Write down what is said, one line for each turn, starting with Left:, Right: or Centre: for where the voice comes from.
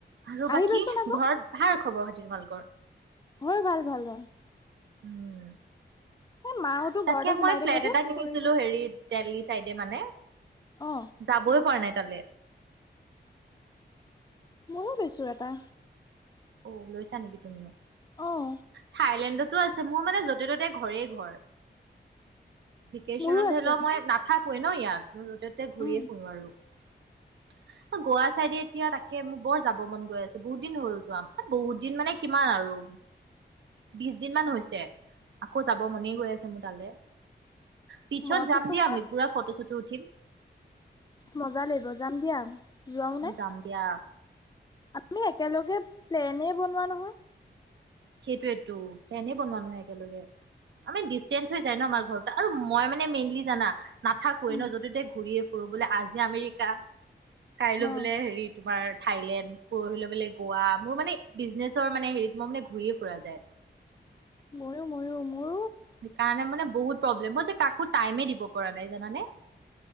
Right: আৰু
Left: আহিবাচোন
Right: বাকী
Left: আকৌ
Right: ঘৰত ভাৰ খবৰ খাতি তোমালোকৰ?
Left: হয় ভাল ভাল ভাল।
Right: <inaudible>
Left: এই মাহতো
Right: তাকে
Left: ঘৰতে সোমাই
Right: মই
Left: থাকে
Right: ফ্লেট
Left: যে
Right: এটা কিনিছিলো
Left: ফুৰিব
Right: হেৰিত দেল্হী চাইডে মানে,
Left: অ
Right: যাবই পৰা নাই তালে।
Left: ময়ো লৈছোঁ এটা।
Right: অ লৈছা নেকি তুমিও?
Left: অহ।
Right: থাইলেণ্ডতো আছে মোৰ মানে য'তে ত'তে ঘৰে ঘৰ। ভকেচনত
Left: মোৰো
Right: ধৰি
Left: আছে
Right: লও মই নাথাকো কোৱে ন ইয়াত। মই য'তে ততে ঘূৰিয়ে
Left: উম
Right: ফুুৰো আৰু। গোৱা চাইডে এতিয়া তাকে মোৰ বৰ যাব মন গৈ আছে বহুত দিন হ'ল যাম বহুত দিন মানে কিমান আৰু বিশ দিনমানান হৈছে, আকৌ যাব মনে গৈ আছে মোৰ তালে। পিছত
Left: মইতো
Right: যাম
Left: তোমাৰ
Right: দিয়া আমি পুৰা ফটো চটো উঠিম।
Left: মজা লাগিব যাম দিয়া যোৱাও নাই
Right: অ যাম দিয়া
Left: আমি একেলগে প্লেনে বনোৱা নহয়
Right: সেইটোৱেটো প্লেনে বনোৱা নহয় একেলগে আমি ডিচেঞ্চ হৈ যায় ন আমাৰ ঘৰত আৰু মই মানে মেইনলি জানা নাথাকোৱে
Left: উম
Right: ন যতে ততে ঘূৰি এ ফুৰো বোলে আজি আমেৰিকা কাইলৈ
Left: অ
Right: বোলে হেৰি তোমাৰ থাইলেণ্ড পৰহিলে লৈ বলে গোৱা মোৰ মানে বিজনেচৰ মানে হেৰিত মই মানে ঘূৰি এ ফুৰা যায়
Left: ময়ো ময়ো মোৰ
Right: সেইকাৰণে মানে বহুত প্ৰব্লেম মই যে কাকো টাইমে দিব পৰা নাই জানানে